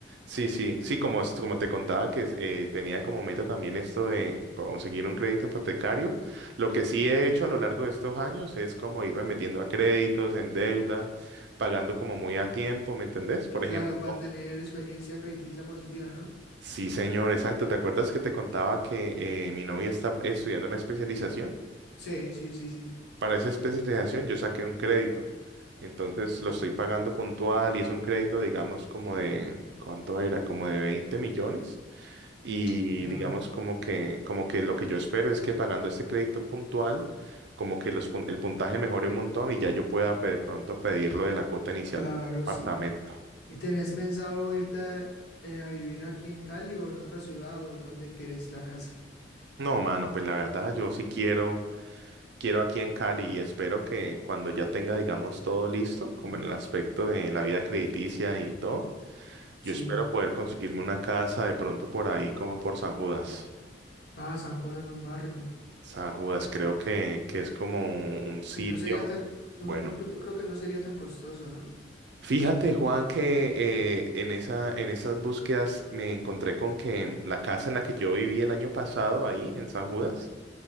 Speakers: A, on the right (about 65°); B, on the left (about 60°).
A: Sí, sí, sí, como, es- como te contaba que es- eh, tenía como meta también esto de conseguir un crédito hipotecario. Lo que sí he hecho a lo largo de estos años es como irme metiendo a créditos, en deuda, pagando como muy a tiempo, ¿me entendés? Por
B: Claro,
A: ejemplo.
B: para tener experiencia crediticia positiva, ¿no?
A: Sí, señor, exacto. ¿Te acuerdas que te contaba que eh, mi novia está estudiando una especialización?
B: Sí, sí, sí, sí.
A: Para esa especialización yo saqué un crédito. Entonces
B: Mm,
A: lo estoy pagando puntual y es un crédito, digamos, como de, ¿cuánto era? Como de 20 millones. Y
B: ya,
A: digamos como que, como que lo que yo espero es que pagando este crédito puntual, como que los, pun- el puntaje mejore un montón y ya yo pueda de pronto pedir lo de la cuota inicial
B: claro,
A: del apartamento.
B: sí. ¿Y tenés pensado irte a, eh, a vivir aquí en Cali o en otra ciudad o donde querés la casa?
A: No, mano, pues la verdad yo sí quiero. quiero aquí en Cali y espero que cuando ya tenga, digamos, todo listo, como en el aspecto de la vida crediticia y todo,
B: Sí.
A: yo espero poder conseguirme una casa de pronto por ahí, como por San Judas.
B: Ah, San Juan es buen barrio.
A: San Judas, creo que, que es como un, un sitio.
B: Y no sería tan, no,
A: Bueno,
B: no creo- yo creo que no sería tan costoso, ¿no?
A: fíjate, Juan, que eh, en esa, en esas búsquedas me encontré con que la casa en la que yo viví el año pasado ahí en San Judas,